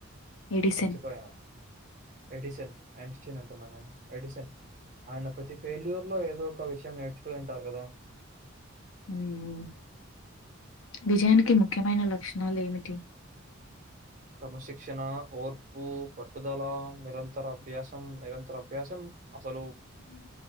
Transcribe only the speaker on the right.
మర్చిపోయాను ఎడిసన్ అంన్స్టీన్ అంటున్నా నేను ఎడిసన్ ఆయన ప్రతి ఫెల్యూర్ లో ఏదో ఒక విషయం నేర్చుకున్ని ఉంటారు కదా
క్రమశిక్షణ ఓర్పు పట్టుదల నిరంతర అభ్యాసం నిరంతర అభ్యాసం అసలు